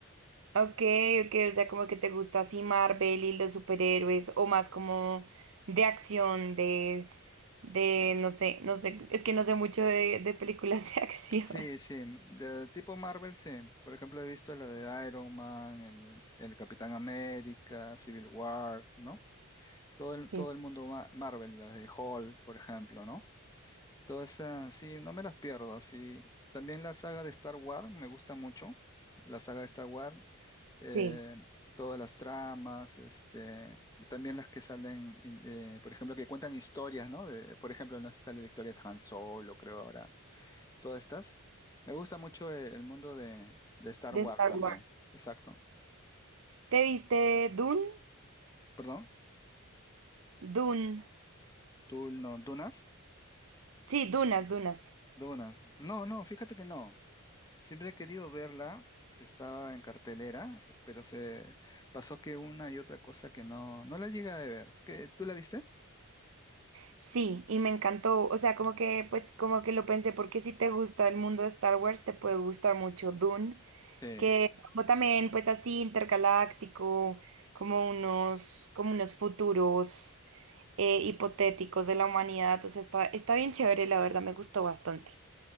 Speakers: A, on the right; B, on the left.
A: Ok, ok, o sea, como que te gusta así Marvel y los superhéroes o más como de acción, de, de, no sé, no sé, es que no sé mucho de, de películas de <laughs> acción.
B: Sí, sí, de tipo Marvel, sí. Por ejemplo, he visto la de Iron Man, el, el Capitán América, Civil War, ¿no? Todo el,
A: Sí,
B: todo el mundo ma- Marvel, las de Hulk, por ejemplo, ¿no? Todas esas, sí, no me las pierdo, sí. También la saga de Star Wars me gusta mucho, la saga de Star Wars. eh,
A: sí,
B: todas las tramas, este, también las que salen, in- eh, por ejemplo, que cuentan historias, ¿no? De, por ejemplo, no sé si sale la historia de Han Solo, creo ahora, todas estas. Me gusta mucho eh, el, mundo de, de Star
A: de
B: Wars
A: Star
B: también,
A: Wars.
B: exacto.
A: ¿Te viste Dune?
B: Perdón,
A: Dune.
B: tú no, Dunas,
A: Sí, Dunas, Dunas.
B: Dunas. No, no, fíjate que no. Siempre he querido verla, estaba en cartelera, pero se pasó que una y otra cosa que no, no la llegué a ver. ¿Qué- ¿Tú la viste?
A: Sí, y me encantó, o sea, como que, pues, como que lo pensé, porque si te gusta el mundo de Star Wars, te puede gustar mucho Dune,
B: Sí.
A: que como también, pues, así intergaláctico, como unos, como unos futuros eh, hipotéticos de la humanidad, o sea, está, está bien chévere, la verdad, me gustó bastante.